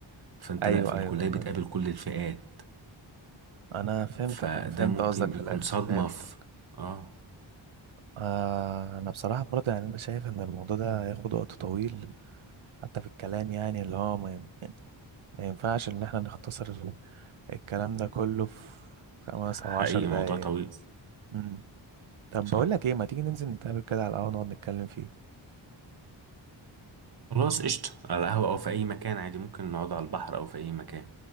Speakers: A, on the right (about 50°); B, on the right (about 75°).
A: فانت
B: ايوه
A: لا في الكلية
B: ايوه
A: بتقابل كل الفئات
B: انا فهمتك
A: فده
B: انا فهمت
A: ممكن
B: قصدك في
A: يكون
B: الاخر
A: صدمة
B: فهمت
A: في اه
B: آه انا بصراحة برضه يعني انا شايف ان الموضوع ده هياخد وقت طويل حتى في الكلام يعني اللي هو ما, ين- ما ينفعش ان احنا نختصر ال- الكلام ده كله في خمس
A: حقيقي
B: او عشر دقايق
A: موضوع طويل
B: مم. طب
A: صح
B: بقول لك ايه ما تيجي ننزل نتقابل كده على القهوة نقعد نتكلم فيه
A: خلاص قشطة على القهوة او في اي مكان عادي ممكن نقعد على البحر او في اي مكان